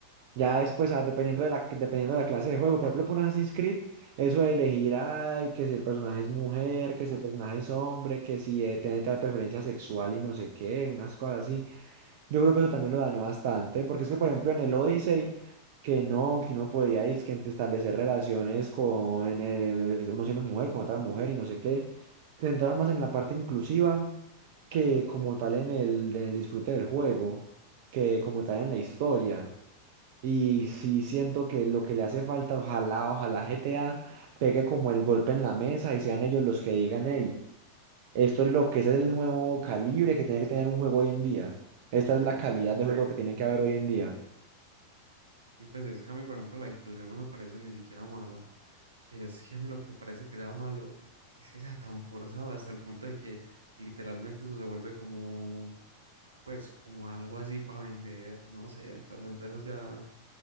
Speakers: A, on the right (about 50°); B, on the right (about 70°).
A: Ya después, ah, dependiendo de la, dependiendo de la clase de juego, por ejemplo, por un Assassin's Creed, eso de elegir, ay, que si el personaje es mujer, que si el personaje es hombre, que si eh, tiene tal preferencia sexual y no sé qué, unas cosas así. Yo creo que eso también lo dañó bastante, porque es que, por ejemplo, en el Odyssey, que no, que uno podía es que establecer relaciones con en el- uno siendo mujer, con otra mujer y no sé qué, se centraron más en la parte inclusiva que como tal en el, en el disfrute del juego, que como tal en la historia. Y sí siento que lo que le hace falta, ojalá, ojalá GTA pegue como el golpe en la mesa y sean ellos los que digan, hey. Esto es lo que ese es el nuevo calibre que tiene que tener un juego hoy en día. Esta
B: Sí,
A: es la calidad de Sí. juego que tiene que haber hoy en día.
B: y pues es que a mí, por ejemplo, la inclusión no me parece ni siquiera mala, pero es que a mí lo que me parece que sea malo es que sea tan forzado hasta el punto de que literalmente eso se vuelve como, pues como algo así para vender, no sé, las empresas ya